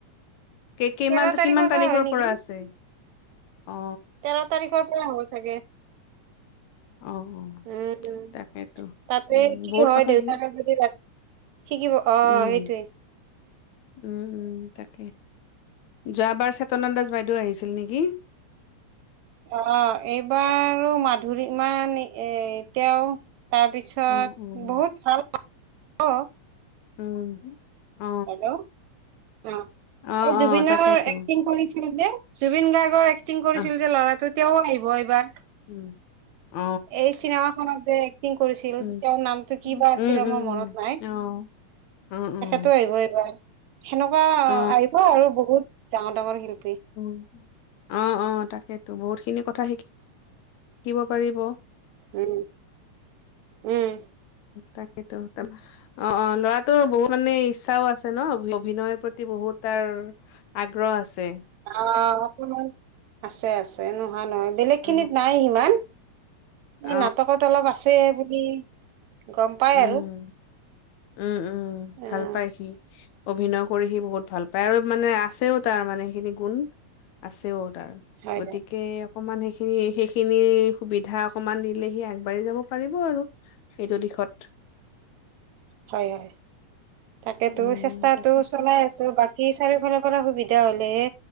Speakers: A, on the left; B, on the right.
A: কেই কিমান
B: তেৰ
A: কিমান তাৰিখৰ
B: হয় নেকি
A: পৰা আছে? অ
B: তেৰ তাৰিখৰ পৰা হ'ব চাগে!
A: অ অ
B: উম
A: তাকেতো
B: তাতে
A: উম
B: কি
A: বহুত
B: হয়
A: কথা
B: দেউতাকে
A: সি
B: যদি ৰা শিকিব আহ
A: উম
B: সেইটোৱে।
A: উম উম তাক যোৱাবাৰ চেতনা দাস বাইদেউ আহিছিল নিকি?
B: অ অ এইবাৰো মাধুৰীমান এ তেওঁ তাৰপিছত
A: অ অ
B: বহুত ভাল অ
A: উম। অ
B: হেল্ল'! অ
A: অ
B: এই
A: অ
B: জুবিনৰ
A: তাকেইতো
B: এক্টিং কৰিছিলে যে জুবিন গাৰ্গৰ এক্টিং কৰিছিল
A: আহ
B: যে ল'ৰাটো তেওঁ আহিব এইবাৰ।
A: উম। অ
B: এই চিনেমাখনত যে এক্টিং কৰিছিল
A: উম
B: তেওঁৰ নামটো কি বা
A: উম
B: আছিলে মোৰ মনত নাই।
A: অ উম উম।
B: টো আহিব এইবাৰ, সেনেকুৱা
A: অ
B: আহিব আৰু বহুত ডাঙৰ -ডাঙৰ শিল
A: উম অ অ। তাকেতো বহুত খিনি কথা শিক শিকিব পাৰিব।
B: উম উম।
A: তাকেইতো, তাৰ অ অ ল'ৰাটোৰ বহুত মানে ইচ্ছাও আছে ন অভিনয়ৰ প্ৰতি বহুত তাৰ আগ্ৰহ আছে।
B: অ অকমান আছে আছে নোহোৱা নহয়। বেলেগ
A: অ
B: খিনিত নাই সিমান।
A: অ
B: এই নাটকত অলপ আছে বুলি গম পাই
A: উম
B: আৰু
A: উম উম
B: উম
A: ভাল পাই সি। অভিনয় কৰি সি বহুত ভাল পায় আৰু মানে আছেও তাৰ মানে সেইখিনি গুণ আছেও। তাৰ
B: হয়
A: গতিকে অকমান সেইখিনি -সেইখিনি সুবিধা অকমান দিলেহি আগবাঢ়ি যাব পাৰিব আৰু সেইটো দিশত।
B: হয় হয় তাকেতো
A: উম,
B: চেষ্টাটো
A: তাকে ঠিক
B: চলাই আছো বাকী চাৰিওফালত কৰা সুবিধা হলেহে